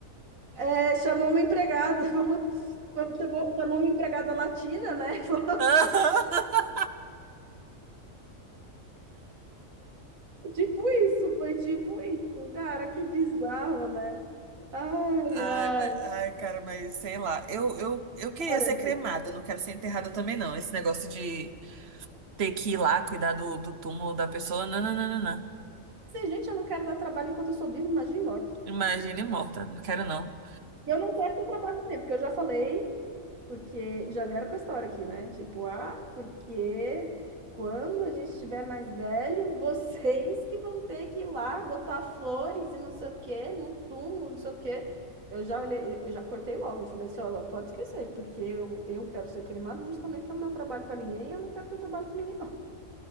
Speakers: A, on the right; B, on the right.
A: é, chamou uma empregada, <laughs> falou- falou- chegou, chamou uma empregada latina, né? <laughs> Falou,
B: <laughs>
A: Tipo isso, foi tipo isso. Cara, que bizarro, né? Ai,
B: Ai,
A: ai.
B: mas- ai, cara, mas sei lá. Eu, eu, eu queria
A: Ora,
B: ser
A: não.
B: cremada, eu não quero ser enterrada também, não. Esse negócio de ter que ir lá cuidar do, do túmulo da pessoa, não, não, não, não, não.
A: Se, gente, eu não quero dar trabalho enquanto eu sou viva, imagina morta.
B: Imagine morta, não quero não.
A: E eu não quero ter trabalho também, porque eu já falei, porque já vieram com a história aqui, né? Tipo, ah, porque quando a gente estiver mais velho, vocês que vão ter que ir lá botar flores e não sei o quê, no túmulo, não sei o quê. Eu já olhei, eu já cortei logo. Eu falei assim, ó, pode esquecer, porque eu, eu quero ser cremado justamente para não dar trabalho para ninguém, e eu não quero ter trabalho com ninguém, não.